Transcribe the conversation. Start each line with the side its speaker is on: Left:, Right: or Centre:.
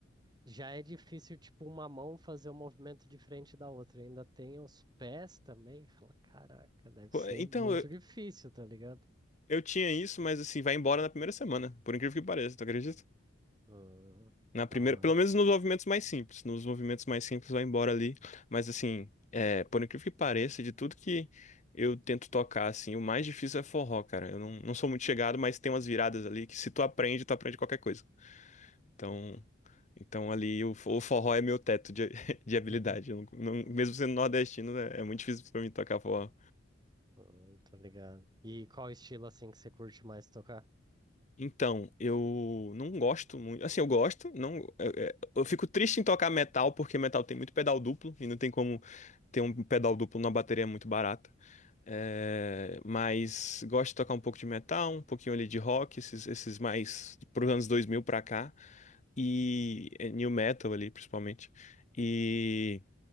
Right: já é difícil, tipo, uma mão fazer um movimento diferente da outra. Ainda tem os pés também. Fala, caraca, deve
Left: Pô,
Right: ser
Left: Então,
Right: muito
Left: eu,
Right: difícil, tá ligado?
Left: eu tinha isso, mas assim, vai embora na primeira semana, por incrível que pareça, tu acredita?
Right: Hum,
Left: Na primeira,
Right: da hora.
Left: pelo menos nos movimentos mais simples. Nos movimentos mais simples vai embora ali. Mas assim, é, por incrível que pareça, de tudo que eu tento tocar, assim, o mais difícil é forró, cara. Eu não, não sou muito chegado, mas tem umas viradas ali que se tu aprende, tu aprende qualquer coisa. Então, então ali o, fo- o forró é meu teto de, <laughs> de habilidade.
Right: <laughs>
Left: Eu não- não- mesmo sendo nordestino, é, é muito difícil pra mim tocar forró.
Right: Hum, tô ligado. E qual estilo, assim, que você curte mais tocar?
Left: Então, eu não gosto muito. Assim, eu gosto, não, é- é- eu, fico triste em tocar metal porque metal tem muito pedal duplo e não tem como ter um pedal duplo numa bateria muito barata. É, mas gosto de tocar um pouco de metal, um pouquinho ali de rock, esses, esses mais pros anos 2000 pra cá e é, new metal ali, principalmente. E,